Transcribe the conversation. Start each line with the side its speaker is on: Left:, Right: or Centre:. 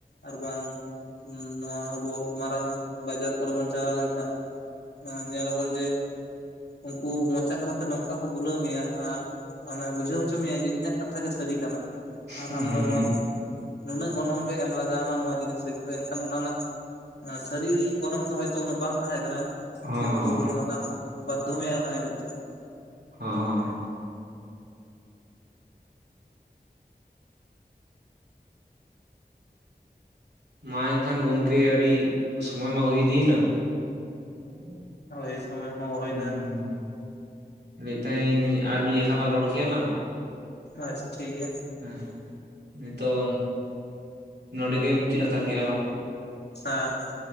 Left: ᱟᱨ ᱵᱟᱝ ᱱᱚᱣᱟ ᱟᱵᱚ ᱢᱟᱨᱟᱝ ᱵᱟᱡᱟᱨ ᱠᱚᱨᱮ ᱵᱚᱱ ᱪᱟᱞᱟᱣ ᱞᱮᱱᱠᱷᱟᱱ ᱧᱮᱞ ᱟᱵᱚᱱ ᱡᱮ ᱩᱱᱠᱩ ᱢᱚᱪᱟ ᱠᱟᱛᱷᱟᱛᱮ ᱱᱚᱝᱠᱟ ᱠᱚ ᱵᱩᱞᱟᱹᱣ ᱢᱮᱭᱟ ᱟᱨ ᱟᱢᱮ ᱵᱩᱡᱷᱟᱹᱣ ᱦᱚᱪᱚ ᱢᱮᱭᱟᱭ ᱡᱮ ᱤᱧᱟᱹᱜ ᱠᱟᱛᱷᱟ ᱜᱮ ᱥᱟᱹᱨᱤ ᱠᱟᱱᱟ ᱟᱨ
Right: ᱦᱩᱸ
Left: ᱟᱢ
Right: ᱦᱩᱸᱸ
Left: ᱫᱚ ᱱᱚᱣᱟ ᱱᱩᱱᱟᱹᱜ ᱜᱚᱱᱚᱝ ᱜᱮ ᱮᱢ ᱞᱟᱜᱟᱣᱟᱢᱟ ᱱᱚᱣᱟ ᱡᱤᱱᱤᱥ ᱨᱮᱜᱤ ᱮᱱᱠᱷᱟᱱ ᱚᱱᱟ ᱨᱮᱱᱟᱜ ᱥᱟᱹᱨᱤ ᱜᱚᱱᱚᱝ ᱫᱚ ᱦᱚᱭᱛᱚ ᱩᱱᱟᱹᱜ ᱵᱟᱝ ᱛᱟᱦᱮᱸ ᱠᱟᱱᱟ
Right: ᱦᱚᱸ
Left: ᱠᱤᱱᱛᱩ ᱚᱱᱟᱫᱚ ᱟᱢ ᱵᱟᱫᱷᱩ ᱢᱮᱭᱟᱭ ᱟᱱᱟ ᱮᱢᱛᱮ
Right: ᱦᱸᱻ ᱢᱟ ᱮᱱᱠᱷᱟᱱ ᱜᱚᱢᱠᱮ ᱟᱹᱰᱤ ᱥᱚᱢᱚᱭ ᱢᱟ ᱦᱩᱭᱤᱫᱤᱭᱮᱱᱟ ᱦᱩᱸ
Left: ᱦᱳᱭ ᱥᱚᱢᱚᱭ ᱦᱚᱸ ᱦᱩᱭᱱᱟ
Right: ᱦᱩᱸ ᱞᱟᱹᱭ ᱛᱟᱦᱮᱸ ᱤᱧ ᱟᱨ ᱢᱤᱫ ᱡᱮᱠᱷᱟ ᱞᱟᱝ ᱨᱚᱲ ᱠᱮᱭᱟᱞᱟᱝ
Left: ᱟᱪᱪᱷᱟ ᱴᱷᱤᱠ ᱜᱮᱭᱟ
Right: ᱦᱮᱸ ᱱᱤᱛᱚᱜ ᱱᱚᱰᱮᱜᱮ ᱢᱩᱪᱟᱹᱫ ᱦᱟᱛᱟᱲ ᱠᱮᱜ ᱞᱟᱝ
Left: ᱦᱮᱸ ᱦᱮᱸ